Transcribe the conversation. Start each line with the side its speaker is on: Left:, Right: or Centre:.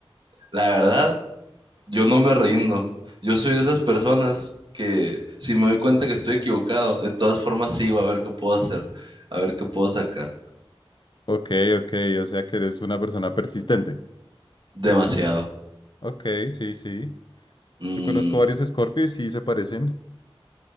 Right: La verdad Yo no me rindo. Yo soy de esas personas que si me doy cuenta que estoy equivocado, de todas formas sigo a ver qué puedo hacer, a ver qué puedo sacar.
Left: ok, ok, o sea que eres una persona persistente.
Right: Demasiado.
Left: Ok, sí, sí.
Right: Mm,
Left: Yo conozco varios Scorpios y sí se parecen.